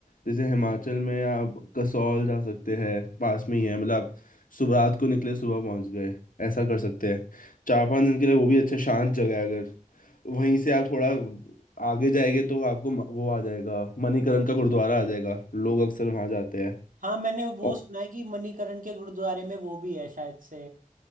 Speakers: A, on the left; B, on the right.
A: जैसे हिमाचल में आप कसौल जा सकते हैं पास में ही है मतलब आप सुबह रात को निकले सुबह पहुंच गए ऐसा कर सकते हैं चार पांच दिन के लिए वो भी अच्छा शांत जगह है अगर वहीं से आप थोड़ा आगे जाएंगे तो आपको म- वो आ जाएगा मणिकरण का गुरुद्वारा आ जाएगा लोग अक्सर वहां जाते हैं
B: हाँ मैंने वो
A: और
B: सुना है कि मणिकरण के गुरुद्वारे में वो भी है शायद से